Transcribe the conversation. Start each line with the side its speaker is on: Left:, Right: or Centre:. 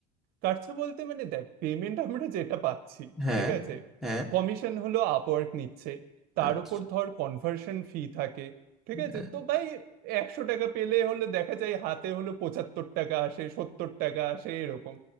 Right: কাটছে বলতে মানে দেখ পেমেন্ট আমরা যেটা পাচ্ছি
Centre: হ্যাঁ
Right: ঠিক আছে
Centre: হ্যাঁ
Right: কমিশন হলো আপওয়ার্ক নিচ্ছে তার
Centre: আচ্ছা
Right: উপর ধর কনভার্সন ফি থাকে ঠিক আছে
Centre: হ্যাঁ,
Right: তো ভাই একশো টাকা পেলে হলো দেখা যায় হাতে হলো পঁচাত্তর টাকা আসে সত্তর টাকা আসে এরকম